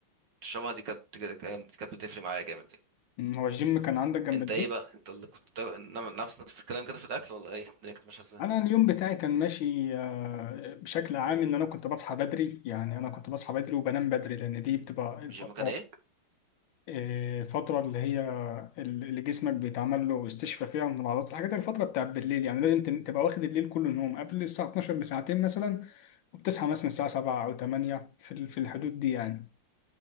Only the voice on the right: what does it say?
وتشربها دي كانت دي كانت بتفرق معايا جامد دي
انت
ايه بقى انت اللي كنت بتاع- نعمل نفس نفس الكلام كده في الاكل ولا ايه الدنيا كانت ماشيه ازاي
الجيم كان ايه